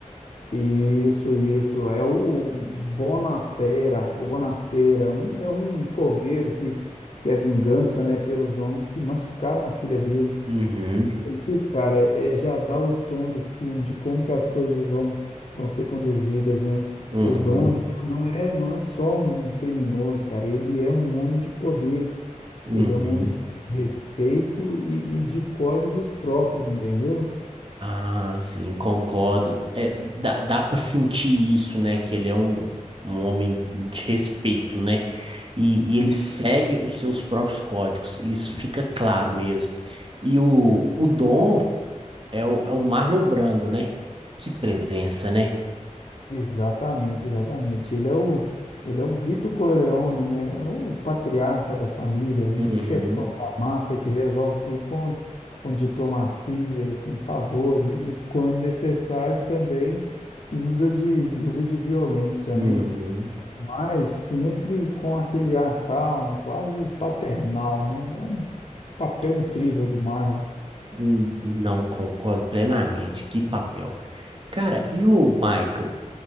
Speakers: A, on the left; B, on the right.
A: Isso, isso. É o Bonacera. O Bonacera é um, é um coveiro que, que quer vingança, né, pelos homens que machucaram a filha dele.
B: Uhum,
A: E, cara, é, já dá o tom do filme, de como que as coisas vão, vão ser conduzidas, né?
B: uhum,
A: O dono não é, não é só um criminoso, cara. Ele é um homem de poder.
B: uhum.
A: Ele é um homem de respeito e, e de códigos próprios, entendeu?
B: Ah, sim, concordo. É, dá, dá pra sentir isso, né? Que ele é um, um homem de respeito, né? E, e ele segue os seus próprios códigos. Isso fica claro mesmo. E o, o Dom é o, é o Marlon Brando, né? Que presença, né?
A: Exatamente, exatamente. Ele é o, ele é o Vito Corleone, né? É O patriarca da família, um
B: Uhum.
A: chefão da máfia que resolve tudo com, com diplomacia, com favores e, quando necessário também usa de, usa de violência,
B: Uhum.
A: né? Mas sempre com aquele ar calmo, quase paternal, né? É um papel incrível do Marlon.
B: Hum, Não concordo plenamente. Que papel. Cara, e o Michael?